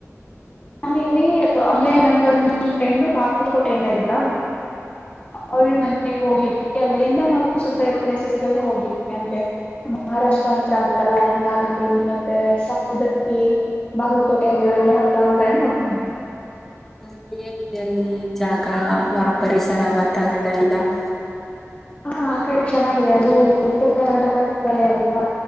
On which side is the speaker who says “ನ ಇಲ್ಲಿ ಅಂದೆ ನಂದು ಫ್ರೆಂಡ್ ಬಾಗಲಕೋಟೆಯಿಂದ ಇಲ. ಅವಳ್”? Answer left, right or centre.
Left